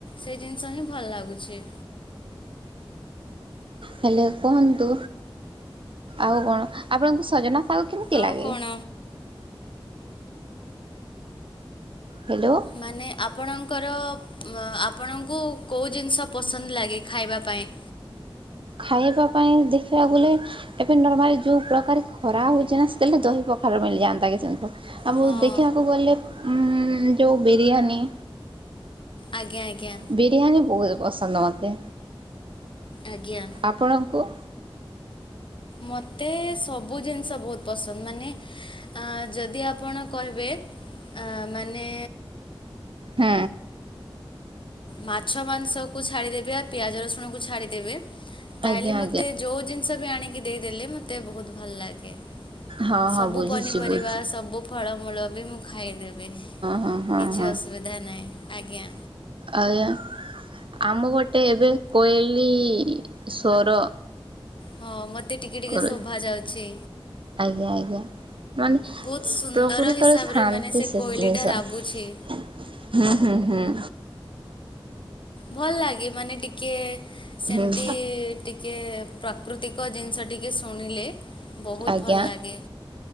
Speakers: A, on the left; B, on the right.
A: ସେଇ ଜିନିଷ ହିଁ ଭଲ ଲାଗୁଛି।
B: ହେଲୋ କୁହନ୍ତୁ ଆଉ କଣ ଆପଣଙ୍କୁ ସଜନା ଶାଗ କେମିତି
A: ଆଉ
B: ଲାଗେ।
A: କ'ଣ
B: ହ୍ୟାଲୋ।
A: ମାନେ ଆପଣଙ୍କର ଆପଣଙ୍କୁ କୋଉ ଜିନିଷ ପସନ୍ଦ ଲାଗେ ଖାଇବା ପାଇଁ।
B: ଖାଇବାକୁ ଆପଣ ଦେଖିବାକୁ ଗଲେ ଏବେ ନର୍ମାଲି ଯେଉଁ ପ୍ରକାର ଖରା ହଉଛି ନା ସେତେବେଳେ ଦହି ପଖାଳ ମିଳିଯାଆନ୍ତା <unintelligible> ଆମ
A: ହଁ
B: ଦେଖିବାକୁ ଗଲେ ଉଁ ଯୋଉ ବିରିୟାନୀ-
A: ଆଜ୍ଞା ଆଜ୍ଞା
B: ବିରିୟାନୀ ବହୁତ ପସନ୍ଦ ମତେ।
A: ଆଜ୍ଞା
B: ଆପଣଙ୍କୁ?
A: ମତେ ସବ ସବୁ ଜିନିଷ ବହୁତ ପସନ୍ଦ ମାନେ ଅ ଯଦି ଆପଣ କହିବେ ଅ ମାନେ
B: ହୁଁ।
A: ମାଛ ମାଂସ କୁ ଛାଡିଦେବେ ଆ ପିଆଜ ରସୁଣ କୁ ଛାଡିଦେବେ ତାହେଲେ
B: ଆଜ୍ଞା ଆଜ୍ଞା
A: ମତେ ଯୋଉ ଜିନିଷ ସବ ଆଣିକି ଦେଇଦେଲେ ମତେ ବହୁତ ଭଲ ଲାଗେ।
B: ହଁ
A: ସବୁ
B: ହଁ ବୁଝୁଛି
A: ପନିପରିବା
B: ବୁଝି
A: ସବୁ ଫଳମୂଳ ବି ମୁଖ ଖାଇଦେବି
B: ହଁ ହଁ
A: କିଛି
B: ହଁ
A: ଅସୁବିଧା ନାହିଁ ଆଜ୍ଞା।
B: ଆଜ୍ଞା ଆମ ଗୋଟେ ଏବେ କୋଇଲି ସ୍ୱର
A: ହଁ ମତେ ଏତେ ଟିକେ ଟିକେ
B: କରୁ
A: ଶୋଭା ଯାଉଛି।
B: ଆଜ୍ଞା ଆଜ୍ଞା ମାନେ
A: ବହୁତ ସୁନ୍ଦର
B: ପ୍ରକୃତି
A: ହିସାବରେ
B: ଶାନ୍ତି
A: ମାନେ ସେ
B: <unintelligible>
A: କୋଇଲିଟା ରାବୁଛି
B: ହୁଁ ହୁଁ ହୁଁ।
A: ଭଲ ଲାଗେ ମାନେ ଟିକେ ସେମତି
B: ହୁଁ
A: ଟିକେ ପ୍ରା ପ୍ରାକୃତିକ ଜିନିଷ ଟିକେ ଶୁଣିଲେ ବହୁତ
B: ଆଜ୍ଞା
A: ଭଲ ଲାଗେ